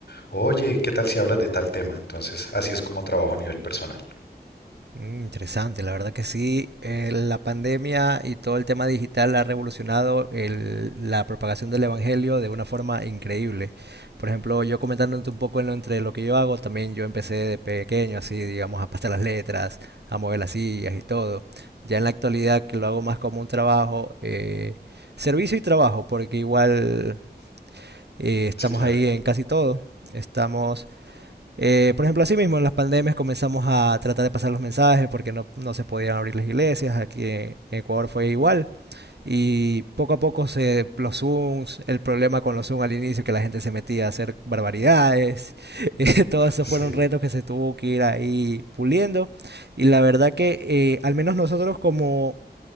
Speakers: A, on the left (about 65°); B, on the right (about 75°).
A: oye, ¿qué tal si hablas de tal tema? Entonces así es como trabajo a nivel personal.
B: Mm, Interesante, la verdad que sí. Eh, la pandemia y todo el tema digital ha revolucionado el- la propagación del evangelio de una forma increíble. Por ejemplo, yo comentándote un poco en lo- entre lo que yo hago, también yo empecé de pequeño, así, digamos, a pasar las letras, a mover las sillas y todo. Ya en la actualidad, que lo hago más como un trabajo, eh, servicio y trabajo, porque igual eh, estamos
A: Sí, claro.
B: ahí en casi todo. Estamos eh, por ejemplo, así mismo en las pandemias comenzamos a tratar de pasar los mensajes porque no, no se podían abrir las iglesias. Aquí en Ecuador fue igual. Y poco a poco se, los Zooms, el problema con los Zooms al inicio, que la gente se metía a hacer barbaridades. <laughs> eh, Todos esos
A: Sí.
B: fueron retos que se tuvo que ir ahí puliendo. Y la verdad que eh, al menos nosotros como